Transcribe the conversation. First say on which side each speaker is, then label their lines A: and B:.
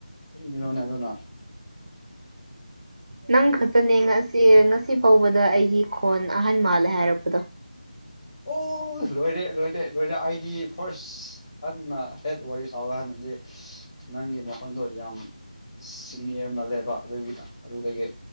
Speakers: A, on the left (about 30°); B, on the right (about 55°).
A: ꯀꯔꯤꯒꯤꯅꯣꯅꯦ ꯑꯗꯨꯅ
B: ꯅꯪ ꯈꯛꯇꯅꯦ ꯉꯁꯤ ꯉꯁꯤ ꯐꯥꯎꯕꯗ ꯑꯩꯒꯤ ꯈꯣꯟ ꯑꯍꯟ ꯃꯥꯜꯂꯦ ꯍꯥꯏꯔꯛꯄꯗꯣ
A: ꯑꯣ ꯂꯣꯏꯔꯦ ꯂꯣꯏꯔꯦ ꯂꯣꯏꯔꯦ ꯑꯩꯥꯗꯤ ꯐꯥꯔꯁ ꯑꯗꯨꯅ <unintelligible> ꯋꯥꯔꯤ ꯁꯥꯕ <unintelligible> ꯅꯪꯒꯤ ꯃꯈꯣꯟꯗꯣ ꯌꯥꯝ ꯁꯤꯅꯤꯌꯔ ꯃꯜꯂꯦꯕ ꯑꯗꯨꯒꯤ ꯑꯗꯨꯗꯒꯤ